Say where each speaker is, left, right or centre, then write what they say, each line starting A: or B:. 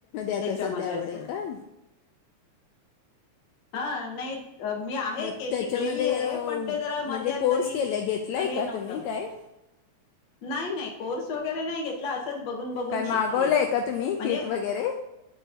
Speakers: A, on the left (about 80°); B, on the left (about 55°).
A: आता
B: त्याच्यामध्ये
A: सध्या आवड
B: असेल
A: आहे का
B: हा नाही मी आहे
A: मग
B: ते
A: त्याच्यामध्ये
B: शिकलेली आहे
A: अ,
B: पण ते जरा
A: म्हणजे
B: मध्यांतरी
A: कोर्स केलाय घेतलाय
B: हे
A: का
B: नव्हतं
A: तुम्ही काय
B: नाही नाही कोर्स वगैरे नाही घेत असंच बघून बघून
A: काय
B: शिकतेय
A: मागवलंय का तुम्ही
B: म्हणजे
A: किट वगैरे